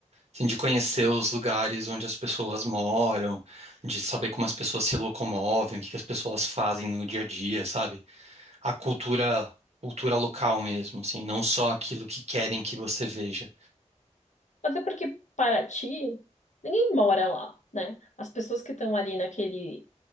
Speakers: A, on the right; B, on the left.
A: Assim, de conhecer os lugares onde as pessoas moram, de saber como as pessoas se locomovem, o que que as pessoas fazem no dia a dia, sabe? A cultura, cultura local mesmo, assim, não só aquilo que querem que você veja.
B: Mas é porque Paraty, ninguém mora lá, né? As pessoas que estão ali naquele